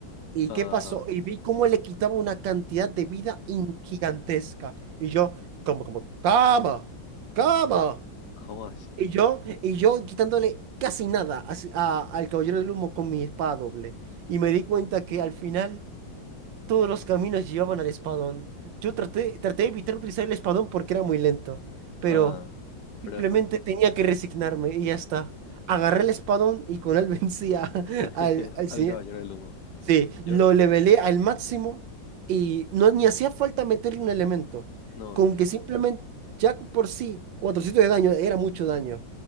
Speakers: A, on the right (about 75°); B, on the left (about 65°).
A: ¿Y
B: Ah,
A: qué pasó? Y vi cómo le quitaba una cantidad de vida in- gigantesca. Y yo, como, como, cama, cama.
B: ¿Cómo así?
A: Y yo, y yo quitándole casi nada a a- al Caballero del Humo con mi espada doble. Y me di cuenta que al final todos los caminos llevaban al espadón. Yo traté, traté de evitar utilizar el espadón porque era muy lento. Pero
B: Ah,
A: simplemente
B: pero después.
A: tenía que resignarme y ya está.
B: mm,
A: Agarré el espadón y con él <laughs> vencía
B: <laughs>
A: al, al,
B: Al
A: se-
B: caballero del humo.
A: Sí,
B: Yo,
A: lo levelé al máximo y no ni hacía falta meterle un elemento.
B: no,
A: Con
B: no hacía
A: que
B: falta.
A: simplemente, ya por sí, 400 de daño era mucho daño.